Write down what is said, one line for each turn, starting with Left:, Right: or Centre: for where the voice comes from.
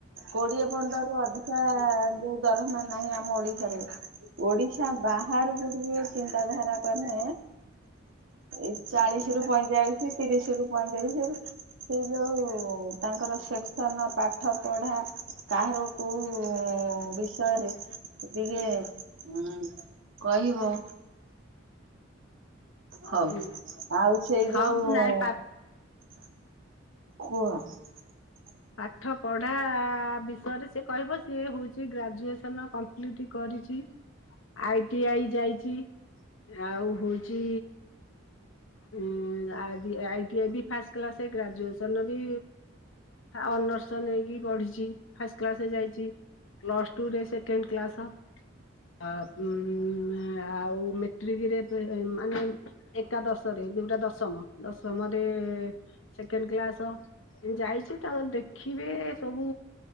Right: କୋଡିଏ ପନ୍ଦରରୁୁ ଅଧିକା ଯୋଉ ଦରମା ନାହିଁ। ଆମ ଓଡିଶାରେ ଓଡିଶା ବାହାରକୁ ଟିକେ ଚିନ୍ତାଧାରା କଲେ ଏ ଚାଳିଶ ରୁ ପଇଁଚାଳିଶ ତିରିଶ ରୁ ପଇଁତିରିଶ ସେଇ ଯୋଉ ତାଙ୍କର ସେକ୍ସନ ପାଠ ପଢ଼ା କାହାର କୋଉ ଉଁ ବିଷୟରେ ଟିକେ ଉଁ କହି ହ। ହଉ
Left: ହୁଁ
Right: ଆଉ ସେଇ
Left: ହଁ
Right: ଯୋଉ
Left: ନାଇଁ
Right: ଉଁ
Left: ପା
Right: <unintelligible>
Left: ପାଠ ପଢ଼ା ଆ ବିଷୟରେ ସିଏ କହିବ ସିଏ ହଉଛି ଗ୍ରାଜୁଏସନ କମ୍ପ୍ଲିଟ୍ କରିଚି। ଆଇଟିଆଇ ଯାଇଚି। ଆଉ ହଉଚି ଇ ଉଁ ଆଦି ଆଇଟିଆଇ ବି ଫାଷ୍ଟ କ୍ଲାସେ ଗ୍ରାଜୁଏସନ ବି ଆ ଅନର୍ସ ନେଇକି ପଢ଼ିଚି ଫାଷ୍ଟ କ୍ଲାସ ଯାଇଛି ପ୍ଲସ୍ ଟୁରେ ସେକେଣ୍ଡ କ୍ଲାସ୍ ଅ ଉଁ ଆଉ ମେଟ୍ରିକରେ ମାନେ ଏକାଦଶରେ ଜଉଟା ଦଶମ ଦଶମରେ ସେକେଣ୍ଡ କ୍ଲାସ୍ ତ ଯାଇଚି। ଦେଖିବେ ସବୁ